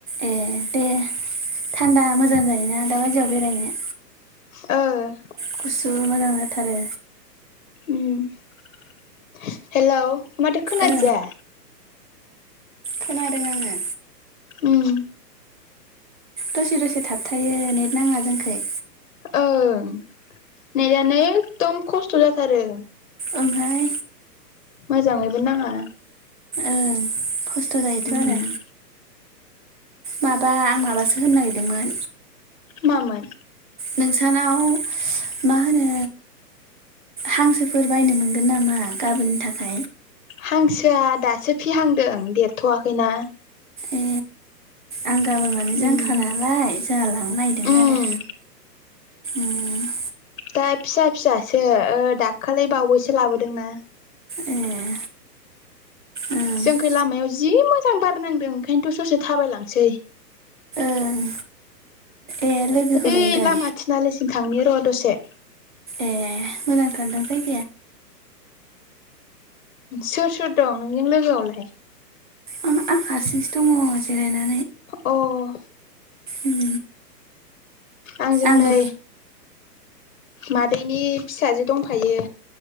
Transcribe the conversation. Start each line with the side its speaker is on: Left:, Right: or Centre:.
Right: ए दे थान्दा मोजां जायोना दाबायदियाव बेरायनो!
Left: ओ!
Right: गुसु मोजां जाथारो!
Left: ओम हेल' माथो खोनादिया-
Right: ओ खोनादों आङो!
Left: ओम!
Right: दसे दसे थाबथायो नेट नाङा जोंखै-
Left: ओं नेट' आनो एखदम खस्थ' जाथारो!
Right: ओमफ्राय
Left: मोजाङैबो नाङा!
Right: ओं खस्थ' जायोथ'
Left: उम
Right: आरो! माबा आं माबासो होनो नागिरदोंमोन!
Left: मामोन?
Right: नोंसानाव मा होनो हांसोफोर बायनो मोनगोन नामा गाबोननि थाखाय
Left: हांसोआ दासो फिहांदों देरथ'वाखैना
Right: ए आं गाबोन माने जांख्रा
Left: उम
Right: नालाय जाहा लांनो नागिरदोंमोन
Left: उम
Right: आरो! ओम-
Left: दा फिसा फिसासो दाखालि बावैसो लाबोदोंना-
Right: ए ओं
Left: जोंखै लामायाव जि मोजां बारनांदों ओंखायनोथ' ससे थाबायलांसै!
Right: ओं ए लोगोखौ
Left: ओइ
Right: लेंदों
Left: लामा थिनालिसिं थांनो र' दसे-
Right: ए मोजांथारदां जायगा
Left: सोर सोर दं नोंजों लोगोआवलाय
Right: आं हारसिंसो दङ जिरायनानै-
Left: अ-
Right: उम
Left: आंजों
Right: आंबो
Left: नै मादैनि फिसाजो दंफायो